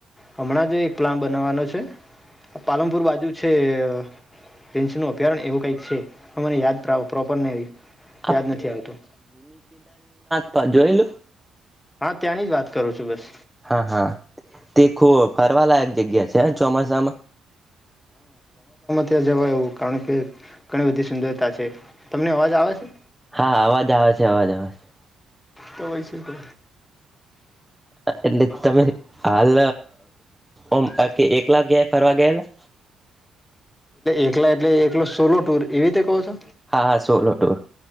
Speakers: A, on the left; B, in the centre.
A: હમણાં જો એક્લામ બનાવાનો <unintelligible> પાલનપુર બાજુ છે <inaudible> ર ન અભયારણ્ય એવું કઈક છે મને યાદ પ્રોપર
B: આ
A: યાદ નથી આવતું
B: પજોવેલ
A: હા ત્યાંની જ વાત કરું છું બસ
B: હા હા તે ખો ફરવાલાયક જગ્યા છે ચોમાસામાં
A: એ જવાય એવું કારણ કે ઘણી બધી સુંદરતા છે તમને અવાજ આવે છે
B: હા અવાજ આવે છે અવાજ આવે છે
A: તો વૈ શ તો
B: એટલે તમે હાલ ઓમ
A: એટલે
B: કે એકલા ગયા ફરવા ગયેલા?
A: એકલા એટલે એકલો સોલો ટુર એવી રીતે કહો છો.
B: હા હા સોલો ટુર